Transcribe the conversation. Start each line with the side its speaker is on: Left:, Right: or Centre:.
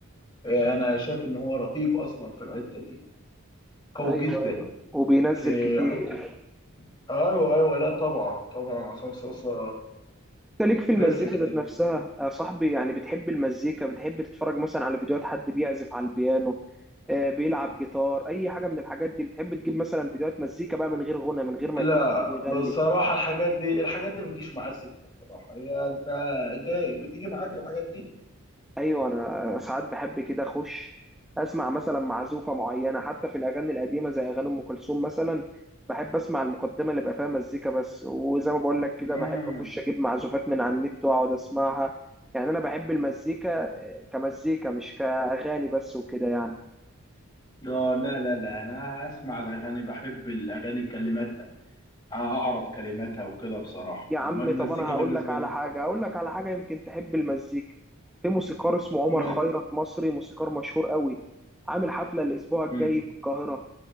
Left: آه، انا شايف ان هو رهيب اصلا في الحتة دي قوي
Centre: ايوه
Left: جدا
Centre: ايوه وبينزل
Left: في
Centre: كتير
Left: حتة ايوه ايوه لا طبعا طبعا عصام صاصا
Centre: انت ليك في
Left: بيرفكت
Centre: المزيكا ذات نفسها يا صاحبي يعني بتحب المزيكا بتحب تتفرج مثلا على فيديوهات حد بيعزف على البيانو آه، بيلعب جيتار اي حاجه من الحاجات دي بتحب تجيب مثلا فيديوهات مزيكا بقى من غير غنى من غير ما
Left: لا
Centre: يكون حد بيغني
Left: بصراحة الحاجات دي الحاجات دي ما بتجيش معايا سكة بصراحة هي انت جاي بتيجي معاك الحاجات دي
Centre: ايوه انا ساعات بحب كده اخش اسمع مثلا معزوفه معينه حتى في الاغاني القديمه زي اغاني ام كلثوم مثلا بحب اسمع المقدمه اللي بقى فيها مزيكا بس وزي ما بقول لك كده
Left: امم
Centre: بحب اخش اجيب معزوفات من على النت واقعد اسمعها يعني انا بحب المزيكا كمزيكا مش كأغاني بس وكده يعني
Left: اه لا لا لا انا اسمع الاغاني بحب الاغاني كلماتها اعرف كلماتها وكده بصراحة
Centre: يا عم
Left: امال المزيكا
Centre: طب أنا هقول
Left: بالنسبة
Centre: لك على
Left: لي
Centre: حاجة هقول لك على حاجة يمكن تحب المزيكا في موسيقار اسمه عمر
Left: وما
Centre: خيرت مصري موسيقار مشهور قوي عامل حفلة الأسبوع الجاي
Left: امم
Centre: في القاهرة